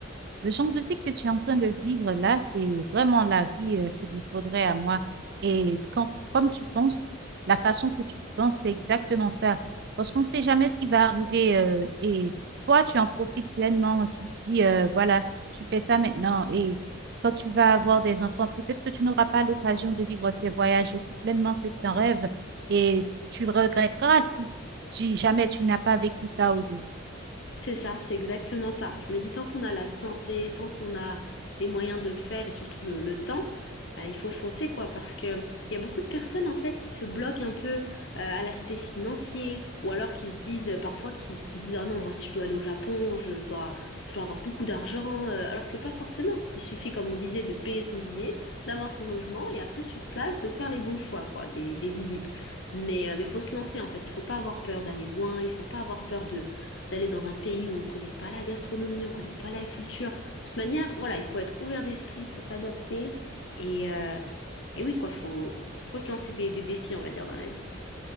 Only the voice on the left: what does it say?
C'est ça, c'est exactement ça. Je me dis, tant qu'on a la santé, tant qu'on a les moyens de le faire et surtout le, le temps, euh, il faut foncer, quoi, parce que il y a beaucoup de personnes, en fait, qui se bloquent un peu euh, à l'aspect financier ou alors qui se disent, euh, parfois, qui, qui disent, ah non, moi, si je dois aller au Japon, je, je dois, je dois avoir beaucoup d'argent, euh, alors que pas forcément. Il suffit, comme on disait, de payer son billet, d'avoir son logement et après, sur place, de faire les bons choix, quoi, des, des visites. Mais euh, mais faut se lancer, en fait. Il faut pas avoir peur d'aller loin, il faut pas avoir peur de d'aller dans un pays où on ne connaît pas la gastronomie, on ne connaît pas la culture. De toute manière, voilà, il faut être ouvert d'esprit, il faut s'adapter. Et, euh, et oui, quoi, faut, faut se lancer des, des défis, on va dire, dans la vie.